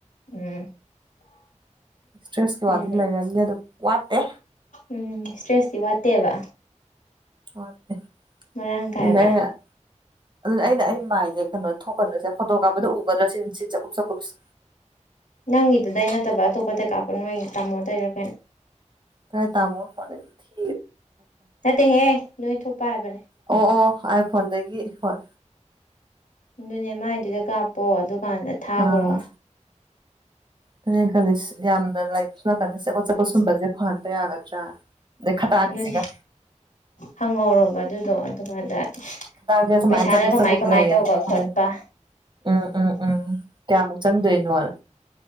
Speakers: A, on the left; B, on the right.
A: ꯎꯝ
B: ꯏꯁꯇ꯭ꯔꯦꯁꯀꯤ
A: ꯎꯝ
B: ꯋꯥꯗꯤ ꯂꯩꯔꯝꯅꯤ ꯑꯗꯨꯝ ꯋꯥꯠꯇꯦ
A: ꯎꯝ ꯏꯁꯇ꯭ꯔꯦꯁꯇꯤ ꯋꯥꯠꯇꯦꯕ
B: ꯋꯥꯠꯇꯦ
A: ꯃꯔꯥꯡ ꯀꯥꯏꯕ꯭ꯔꯥ
B: ꯑꯗꯨꯅ ꯑꯩꯅ ꯑꯗꯨꯅ ꯑꯩꯅ ꯑꯩ ꯃꯥꯏꯁꯦ ꯀꯩꯅꯣ ꯊꯣꯛꯀꯗ꯭ꯔꯁꯤ ꯐꯣꯇꯣ ꯀꯥꯞꯄꯗ ꯎꯒꯗ꯭ꯔꯥ ꯁꯤꯅꯤ ꯁꯤ ꯆꯥꯛꯀꯨꯞ ꯆꯥꯛꯀꯨꯞꯁꯤ
A: ꯅꯪꯒꯤꯗꯨꯗꯩ ꯅꯠꯇꯕ ꯑꯇꯣꯞꯄꯗꯩ ꯀꯥꯞꯄꯣ ꯅꯣꯏ ꯇꯥꯃꯣ ꯗꯩꯔ ꯀꯩꯅꯣ
B: ꯀꯥꯏ ꯇꯥꯃꯣ ꯐꯣꯟꯗꯩꯗꯤ ꯊꯤ
A: ꯅꯠꯇꯦꯍꯦ ꯅꯣꯏ ꯊꯣꯛꯄ ꯍꯥꯏꯕꯅꯦ
B: ꯑꯣ ꯑꯣ ꯑꯥꯏꯐꯣꯟꯗꯒꯤ ꯍꯣꯏ
A: ꯑꯗꯨꯅꯦ ꯃꯥꯏꯗꯨꯗ ꯀꯥꯞꯄꯣ ꯗꯨꯀꯥꯟꯗ ꯊꯥꯈ꯭ꯔꯣ
B: ꯑꯥ ꯑꯗꯨꯅꯦ ꯑꯩꯅ ꯈꯜꯂꯤꯁꯤ ꯌꯥꯝꯅ ꯂꯩꯕ ꯁꯣꯝ ꯅꯥꯀꯟꯗ ꯆꯀꯠ ꯆꯀꯠ ꯁꯨꯝꯕꯁꯦ ꯐꯍꯟꯕ ꯌꯥꯒꯗ꯭ꯔꯅꯥ ꯑꯗꯩ ꯈꯗꯥꯡꯁꯤꯒ
A: ꯑꯗꯨꯅꯦ ꯍꯪꯍꯧꯔꯣꯕ ꯑꯗꯨꯗꯣ ꯑꯗꯨꯀꯥꯟꯗ
B: ꯈꯗꯥꯡꯒ ꯁꯨꯃꯥꯏꯅ
A: ꯄꯩꯁꯥꯅ
B: ꯆꯀꯨꯞ
A: ꯀꯃꯥꯏ
B: ꯆꯀꯨꯞ
A: ꯀꯃꯥꯏ
B: ꯂꯩꯌꯦꯅ
A: ꯇꯧꯕ
B: ꯍꯥꯏ
A: ꯈꯣꯠꯄ
B: ꯎꯝ ꯎꯝ ꯎꯝ ꯀꯌꯥꯃꯨꯛ ꯆꯪꯗꯣꯏꯅꯣꯅ